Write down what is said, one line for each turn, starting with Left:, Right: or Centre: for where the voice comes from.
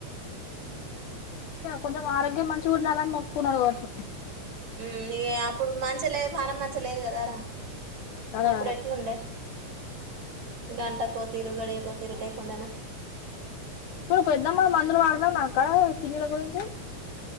Left: కొంచెం ఆరోగ్యం మంచిగా ఉండాలని మొక్కున్నాడు కావచ్చు
Right: హు అప్పుడు మంచి లేదు పానం మంచి లేదు కదార
Left: అదే
Right: అప్పుడు
Left: అదే
Right: ఎట్లుండే గంటాకో తిరుగడియకు తిరుగలేకున్నానె
Left: ఇప్పుడు పెద్దమ్మ మందులు వాడతాందా అక్క కిన్నీల గురించి